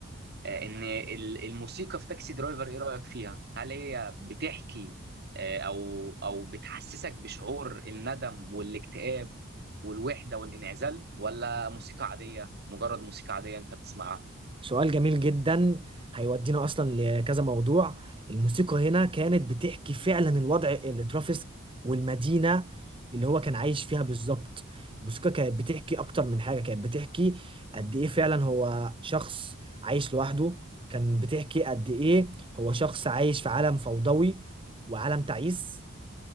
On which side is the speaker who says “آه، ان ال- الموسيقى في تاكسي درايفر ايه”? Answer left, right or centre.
Right